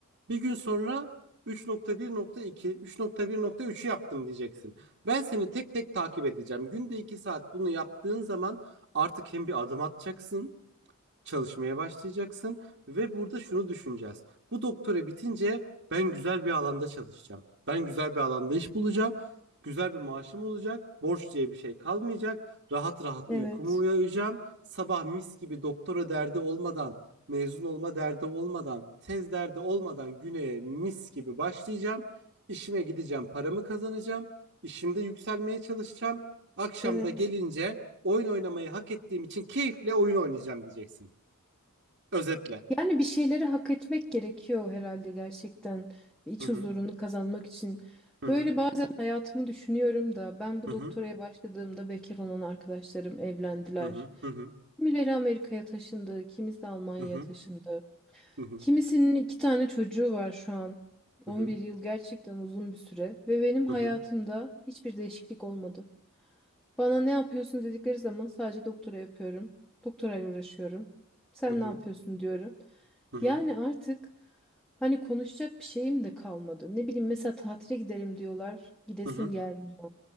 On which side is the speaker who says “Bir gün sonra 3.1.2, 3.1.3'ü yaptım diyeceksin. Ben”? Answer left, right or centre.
Right